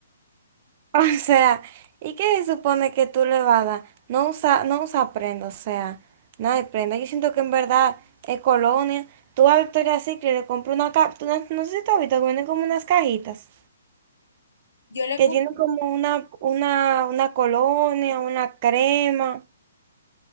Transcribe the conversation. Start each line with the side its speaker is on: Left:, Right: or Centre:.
Right: <laughs> O sea, ¿y qué se supone que tú le vas a dar? No usa, no usa prenda, o sea, nada de prenda. Yo siento que en verdad es colonia. Tú a Victoria's Secret le compras una caja, no, no sé si tú has visto, que vienen como unas cajitas,
Left: Yo le
Right: que
Left: comp-
Right: tienen como una, una, una colonia, una crema,